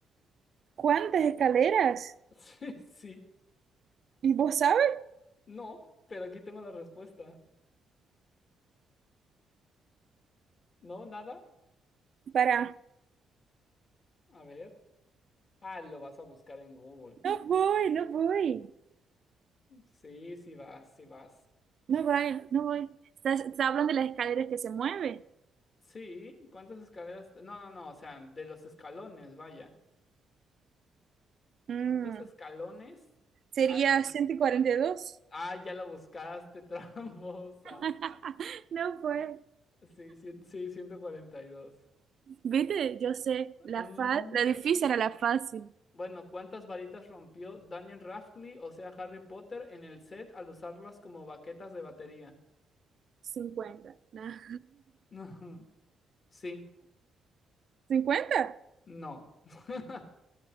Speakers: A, on the right; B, on the left.
A: ¿Cuántas escaleras?
B: <laughs> Sí, sí.
A: ¿Y vos sabes?
B: No, pero aquí tengo la respuesta. ¿No? ¿Nada?
A: Para,
B: A ver. Ah, lo vas a buscar en Google.
A: no voy, no voy,
B: Sí, sí vas, sí vas.
A: no voy, no voy. ¿Estás, estás hablando de las escaleras que se mueven?
B: Sí, ¿cuántas escaleras? te- No, no, no, o sea, de los escalones, vaya.
A: Mm,
B: ¿Cuántos escalones
A: Sería
B: hay? en-
A: ciento cuarenta y dos
B: Ah, ya lo buscaste, <laughs> tramposa.
A: <laughs> No fue.
B: Sí, sí, sí, 142.
A: Viste, yo sé,
B: Mm,
A: la, fa- la difícil era la fácil.
B: bueno, ¿cuántas varitas rompió Daniel Radcliffe, o sea, Harry Potter, en el set al usarlas como baquetas de batería?
A: cincuenta ¿no? <laughs>
B: <laughs> Sí,
A: 50
B: no. <laughs>